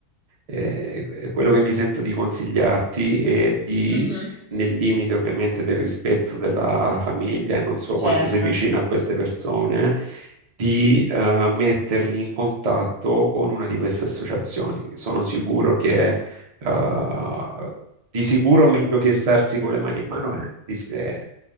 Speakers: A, on the right (about 65°); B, on the left (about 45°).
A: Eh, quello che mi sento di consigliarti è di,
B: Mhm.
A: nel limite ovviamente del rispetto della famiglia, e non so
B: Certo,
A: quanto sei vicino
B: sì.
A: a queste persone, di eh, metterli in contatto con una di queste associazioni. Sono sicuro che, eh, di sicuro meglio che starsi con le mani in mano, eh, di- eh,